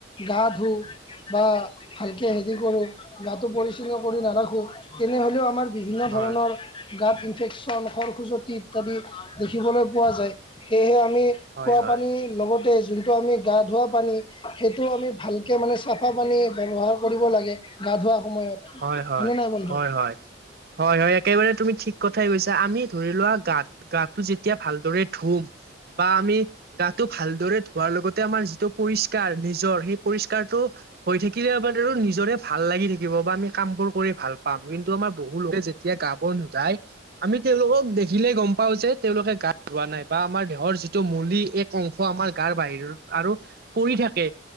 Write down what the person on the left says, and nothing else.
গা ধুওঁ - বা ভালকে হেৰি কৰোঁ গাটো পৰিচ্ছন্ন কৰি নাৰাখোঁ তেনে হ'লে আমাৰ - বিভিন্ন
ধৰণৰ - গাঁত ইনফেকচন খৰ খুজুৱতি ইত্যাদি দেখিবলৈ পোৱা যায়, সেয়েহে আমি -
খোৱা
পানী লগতে যোনটো আমি গা ধোৱা পানী - সেইটো আমি ভালকে মানে চাফা পানী ব্যৱহাৰ কৰিব লাগে গা ধোৱা সময়ত।
হয়নে নাই বন্ধু